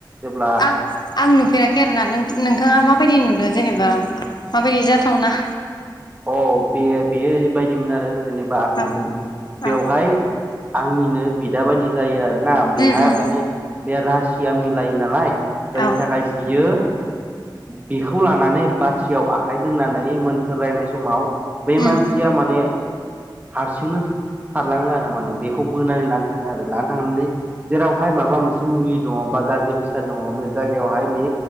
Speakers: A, on the right (about 20°); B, on the left (about 55°).
A: जेब्ला
B: आं आं नुफेराखै आरोना नोंथाङा मा माबायदि नुदों जेनेबा माबायदि जाथावना?
A: अ बे बेयो ओरैबायदिमोन आरो जेनेबा आं
B: औ
A: नुदों बेवहाय
B: औ
A: आंनिनो बिदा बायदि जायो आरोना बेहा
B: उम उम
A: माने बे रासिया मिलायो नालाय जायनि
B: औ
A: थाखाय बियो बेखौ लानानै बाथियाव आखाइ दोननानै मोन्थोर रायनाय समाव बे
B: उम
A: मानसिया माने हारसिंनो खारलाङो आरो माने बेखौ बोनानै लानो थाङो आरो लानो थांनानै जेरावहाय माबा मोनसे मुलि दङ' बा गाज्रि बेसाद दङ' बे जायगायावहाय बे